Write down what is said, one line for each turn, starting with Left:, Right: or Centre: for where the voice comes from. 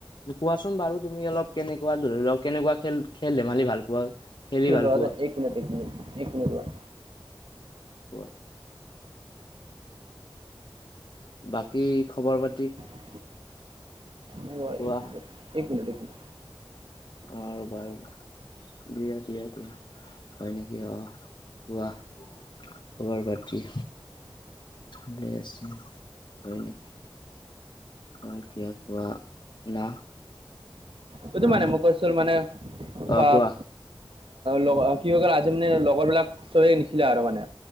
Left: কোৱাচোন বাৰু তুমি অলপ কেনেকুৱা ধৰি লওক কেনেকুৱা খেল খেল ধেমালি ভাল পোৱা খেলি ভাল
Right: ৰোৱা
Left: পোৱা
Right: দেই এক মিনিট এক মিনট এক মিনিট ৰোৱা।
Left: ৱাহ। বাকী খবৰ পাতি।
Right: এক মিনট
Left: কোৱা
Right: এক মিনট এক মিনিট।
Left: অঁ ৰ'বা ৰ'বা, দিয়া দিয়া দিয়া। হয় নেকি, অঁ কোৱা খবৰ পাতি। ভালে আছো, হয় নেকি। হয় দিয়া, কোৱা না।
Right: বুজো
Left: অ
Right: মানে মোক কৈছিল মানে, ফাক।
Left: অ কোৱা
Right: লগ কি হৈ গল আজি মানে লগৰ বিলাক খুচৰি নিখিলে আৰু মানে।